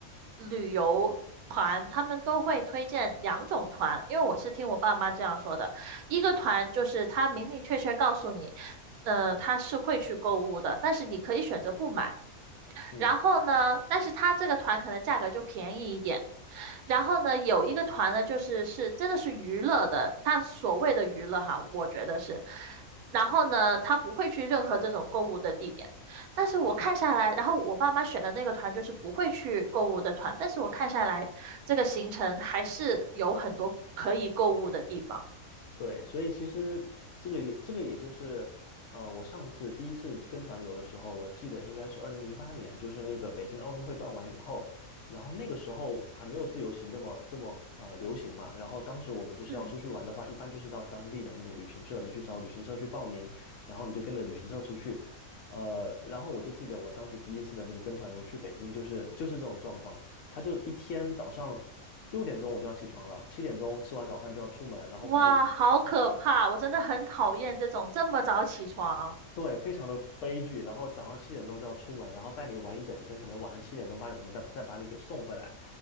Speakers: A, on the right (about 80°); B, on the left (about 65°).
A: 旅游团他们都会推荐两种团，因为我是听我爸妈这样说的，一个团就是他明明确确告诉你，呃，他是会去购物的，但是你可以选择不买。
B: 嗯。
A: 然后呢，但是他这个团可能价格就便宜一点。然后呢，有一个团呢，就是是真的是娱乐的，他所谓的娱乐哈，我觉得是。然后呢，他不会去任何这种购物的地点。但是我看下来，然后我爸妈选的那个团就是不会去购物的团，但是我看下来这个行程还是有很多可以购物的地方。
B: 对，所以其实这个也这个也就是，呃，我上次第一次跟团游的时候，我记得应该是二零零八年，就是那个北京奥运会办完以后，然后那个时候还没有自由行这么这么呃流行嘛，然后当时我们就是要出去玩的话，
A: 嗯，
B: 一般就是到当地的那个旅行社，你去找旅行社去报名，然后你就跟着旅行社出去，呃，然后我就记得我当时第一次的那个跟团游去北京，就是就是这种状况，他就一天早上。六点钟我就要起床了，七点钟吃完早饭就要出门，然后把你
A: 哇，好可怕！我真的很讨厌这种这么早起床。
B: 对，非常的悲剧。然后早上七点钟就要出门，然后带你玩一整天，可能晚上七点钟、八点钟再再把你给送回来。